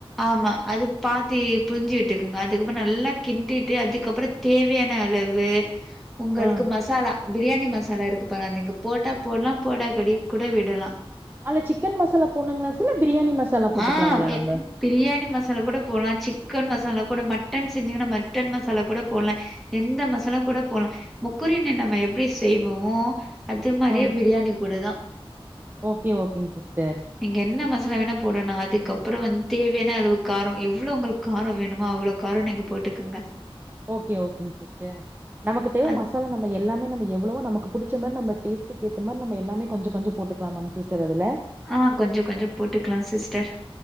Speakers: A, in the centre; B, on the right (about 20°).
A: ஆமா அது பாதிப் புழுஞ்சு விட்டுக்கங்க அதுக்கப்றோ நல்லா கிண்டிட்டு அதுக்கப்பறோ தேவையான அளவு உங்களுக்கு
B: ஆ
A: மசாலா பிரியாணி மசாலா இருக்கு பாருங்க நீங்க போட்டா போட்லா போடாங்காட்டி கூட விடலா
B: அதுல சிக்கன் மசாலா போட்ணுலாங்க சில பிரியாணி மசாலா போட்டுக்குலாங்களா
A: ஆ எ
B: நம்ப
A: பிரியாணி மசாலா கூட போட்லா சிக்கன் மசாலா கூட மட்டன் செஞ்சிங்கன்னா மட்டன் மசாலா கூட போட்லா எந்த மசாலா கூட போட்லாம் முக்குறின்னு நம்ம எப்டி செய்வோமோ அது மாரியே
B: ஆ
A: பிரியாணி கூட தா
B: ஓகே ஓகேங் சிஸ்டர்
A: நீங்க என்ன மசாலா வேண்னா போடணு அதுக்கப்பறோ வந்து தேவையான அளவுக்கு காரோ எவ்ளோ உங்களுக்கு காரோ வேணுமோ அவ்ளோ காரோ நீங்க போட்டுக்கங்க
B: ஓகே ஓகேங்க சிஸ்டர் நமக்கு தேவ
A: அத்
B: மசாலா நம்ம எல்லாமே நம்ம எவ்ளோ நமக்கு புடிச்ச மார் நம்ம டேஸ்ட்டுக்கு ஏத்த மார் நம்ம எல்லாமே கொஞ்ச கொஞ்சோ போட்டு க்லாமாங்க சிஸ்டர் அதுல
A: ஆ கொஞ்ச கொஞ்சோ போட்டுக்லா சிஸ்டர்